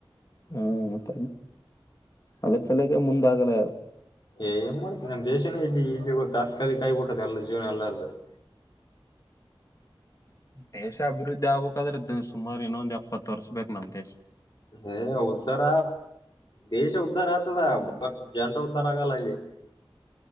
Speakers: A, on the left; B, on the left.
A: ಹ್ಮ್ ಮತ್ತ ಅದ್ರ ಸಲಯಗೆ ಮುಂದ ಆಗಲ
B: ಏ ಏ್ ಮಾಡ್ ನಮ್ಮ ದೇಶನೇ ಇಲ್ಲಿ ಇಲ್ಲಿ ತಾತ್ಕಾಲಿಕ ಕಾಯಿ ಕೊಟ್ಟತಿ ಎಲ್ಲ ಜೀವನ ಎಲ್ಲಾದ್ರೂ <inaudible>
A: ದೇಶ ಅಭಿವೃದ್ಧಿ ಆಗ್ಬೇಕಾದ್ರೆ ಸುಮಾರು ಇನ್ನೊಂದು ಎಪ್ಪತ್ತು ವರ್ಷ ಬೇಕ್ ನಮ್ ದೇಶ
B: ಹೇ ಉಧಾರ ದೇಶ ಉದ್ಧಾರ ಆಗ್ತದಾ ಜನರು ಉದ್ಧಾರ ಆಗಲ್ಲ ಇಲ್ಲಿ